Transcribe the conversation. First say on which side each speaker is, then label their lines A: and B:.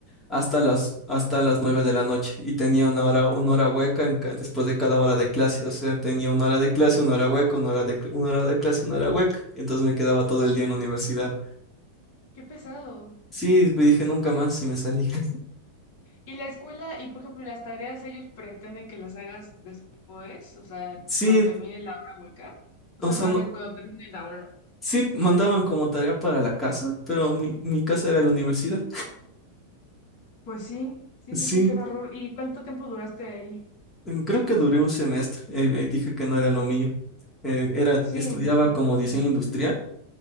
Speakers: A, on the left; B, on the left.
A: hasta las, hasta las 9 de la noche y tenía una hora, una
B: Ah,
A: hora hueca en ca- después de cada hora de clase, o sea, tenía una hora de clase, una hora hueca, una hora de, cl- una hora de clase, una hora hueca, entonces me quedaba todo el día en la universidad.
B: Qué pesado.
A: Sí, me dije nunca más y me salí. <laughs>
B: Y la escuela, y por ejemplo, las tareas, ellos pretenden que las hagas después, o sea,
A: Sí,
B: cuando termine la hora hueca, o
A: o
B: sea,
A: sea,
B: más
A: no,
B: bien cuando termine la hora.
A: sí mandaban como tarea para la casa, pero mi, mi casa era la universidad.
B: Pues sí, sí,
A: Sí,
B: sí, sí, qué horror. ¿Y cuánto tiempo duraste ahí?
A: mm, creo que duré un semestre, eh, eh, dije que no era lo mío. Eh, era,
B: Sí,
A: estudiaba
B: no, no,
A: como
B: son
A: diseño
B: horribles.
A: industrial